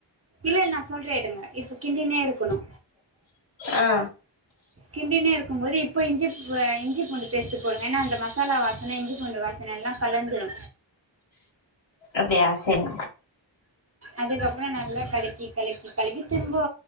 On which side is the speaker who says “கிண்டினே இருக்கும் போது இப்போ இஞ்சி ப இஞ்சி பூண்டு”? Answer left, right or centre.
Right